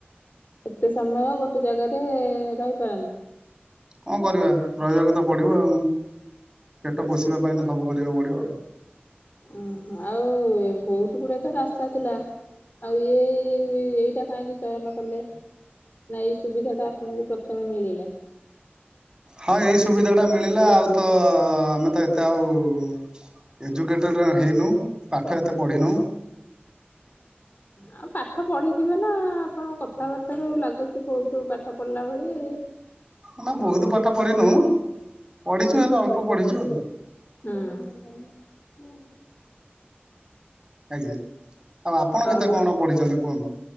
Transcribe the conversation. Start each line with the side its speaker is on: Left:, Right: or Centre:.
Left: ଏତେ ସମୟ ଗୋଟେ ଜାଗାରେ-ଏ ରହିପାରନ୍ତି?
Right: କଣ କରିବା? ରହିବାକୁ ତ ପଡ଼ିବ ଆଉ। ପେଟ ପୋଷିବା ପାଇଁ ତ ସବୁ କରିବାକୁ ପଡିବ।
Left: ଉଁ ହୁଁ, ଆଉ, ବହୁତ ଗୁଡେ ତ ରାସ୍ତା ଥିଲା। ଆଉ, ଏଇ-ଇ-ଇ, ଏଇଟା କାହିଁକି ଚୟନ କଲେ? ନା, ଏଇ ସୁବିଧା ଟା ଆପଣଙ୍କୁ ପ୍ରଥମେ ମିଳିଲା?
Right: ହଁ, ଏଇ ସୁବିଧା ଟା ମିଳିଲା। ଆଉ, ତ ଆମେ ତ ଏତେ ଆଉ ଏଜୁକେଟେଡ଼୍ ହେଇନୁ, ପାଠ ଏତେ ପଢ଼ିନୁଁ।
Left: ଆଉ, ପାଠ ପଢିଥିବେ ନା! ଆପଣ କଥାବାର୍ତ୍ତା ରୁ ଲାଗୁଛି ବହୁତ ପାଠ ପଢିଲା ଭଳି।
Right: ନା, ବହୁତ ପାଠ ପଢ଼ିିନୁ! ପଢ଼ିଛୁ ହେଲେ ଅଳ୍ପ ପଢ଼ିଛୁ ଆଉ।
Left: ହୁଁ।
Right: ଆଜ୍ଞା, ଆଉ ଆପଣ କେତେ
Left: ଆଉ
Right: କଣ ପଢିଛନ୍ତି କୁହନ୍ତୁ?